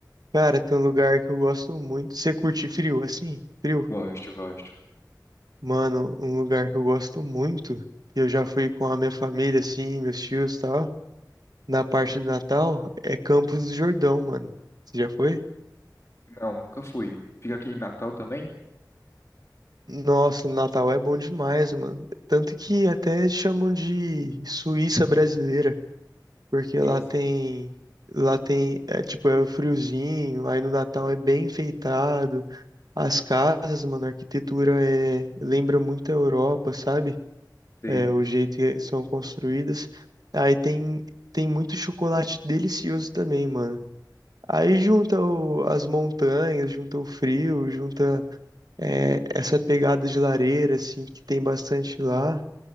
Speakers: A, on the right; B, on the left.
A: Cara, tem um lugar que eu gosto muito. Você curte frio, assim? Frio?
B: Gosto, gosto.
A: Mano, um lugar que eu gosto muito, que eu já fui com a minha família, assim, meus tios e tal, na parte do Natal, é Campos do Jordão, mano. Você já foi?
B: Não, nunca fui. Fica aqui em Natal também?
A: Nossa, Natal é bom demais, mano. Tanto que até chamam de Suíça brasileira, porque
B: Sim,
A: lá
B: sim.
A: tem, lá tem, é tipo, é friozinho, aí no Natal é bem enfeitado. As casas, mano, a arquitetura é, lembra muito a Europa, sabe?
B: Sei.
A: é, o jeito que são construídas. Aí tem, tem muito chocolate delicioso também, mano. Aí junta o- as montanhas, junta o frio, junta é, essa pegada de lareira, assim, que tem bastante lá.